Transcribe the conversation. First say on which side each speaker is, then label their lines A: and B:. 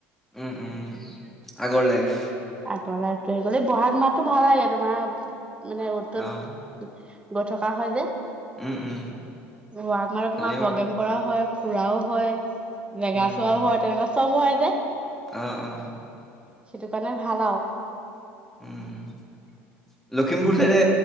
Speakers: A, in the centre; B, on the right.
A: উম, উম, আগৰ লাইফ।
B: আগৰ লাইফটো আহি গ'ল। এই ব'হাগ মাহতটো ভাল লাগে, তোমাৰ মানে অত-ত'ত
A: অ',
B: গৈ থকা হয় যে।
A: উম, উম।
B: <unintelligible> তোমাৰ
A: ভালেই বাৰু
B: প্ৰগ্ৰেম কৰা হয়। ফুৰাও হয়। জেগা
A: উম,
B: চোৱাও হয় তেনেকুৱা চব হয়। যে
A: অ', অ',
B: সেইটো। মানে ভালা আও।
A: উম, ল। লখিমপুৰ
B: তাক
A: চাইদে।